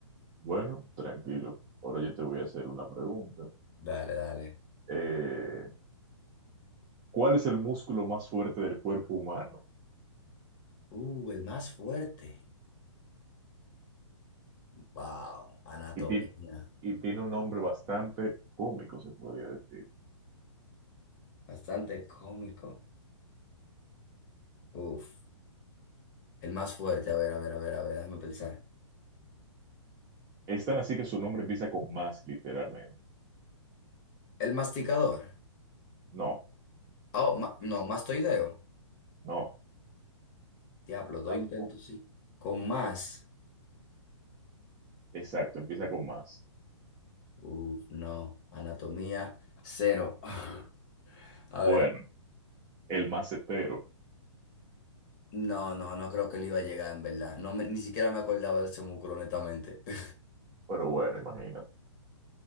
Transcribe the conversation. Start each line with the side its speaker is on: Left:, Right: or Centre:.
Right: Bueno, tranquilo. Ahora yo te voy a hacer una pregunta.
Left: Dale, dale.
Right: Eh, ¿cuál es el músculo más fuerte del cuerpo humano?
Left: Uh, el más fuerte. Wow, anatomía.
Right: Y tiene, y tiene un nombre bastante cómico, se podría decir.
Left: Bastante cómico. Uf, el más fuerte. A ver, a ver, a ver, a ver, déjame pensar.
Right: Es tan así que su nombre empieza con más, literalmente.
Left: El masticador.
Right: No,
Left: Oh, ma-
Right: pues,
Left: no, mastoideo.
Right: no,
Left: Diablo, dos
Right: tampoco.
Left: intentos, sí. Con más.
Right: Exacto, empieza con más.
Left: Uf, no, anatomía cero. <laughs> A ver,
Right: Bueno, el macetero,
Left: no, no, no creo que le iba a llegar en verdad. No me- ni siquiera me acordaba de ese músculo, honestamente. <laughs>
Right: pero bueno, imagínate.